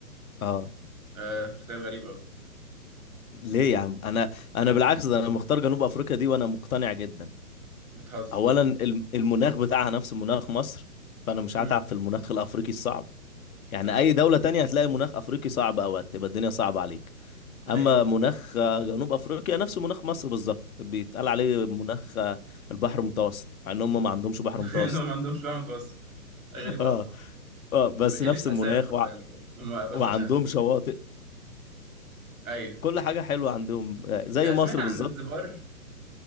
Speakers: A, on the left; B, on the right.
A: اه
B: آه اختيار غريب قوي
A: ليه يا عم انا انا بالعكس ده انا مختار جنوب افريقيا دي وانا مقتنع جدا
B: بتهزر
A: اولا الم- المناخ بتاعها نفس مناخ مصر فانا مش
B: امم
A: هتعب في المناخ الافريقي الصعب يعني
B: امم
A: اي دولة تانية هتلاقي مناخ افريقي صعب او هتبقى الدنيا صعبة عليك
B: ايوه
A: اما مناخ آه، جنوب افريقيا نفس مناخ مصر بالظبط بيتقال عليه مناخ آه، البحر المتوسط مع ان هم ما عندهمش بحر
B: <laughs>
A: متوسط
B: انهم ما عندهمش بقى متوسط غريبه
A: <laughs> اه
B: قوي
A: اه بس
B: قلة
A: نفس
B: الأسامي
A: المناخ
B: خد بالك هم بس
A: وعندهم
B: عشان أسامي قليلة.
A: شواطئ
B: أيوه
A: كل حاجة حلوة عندهم زي
B: آه،
A: مصر
B: سمعت عن
A: بالظبط
B: زنزبار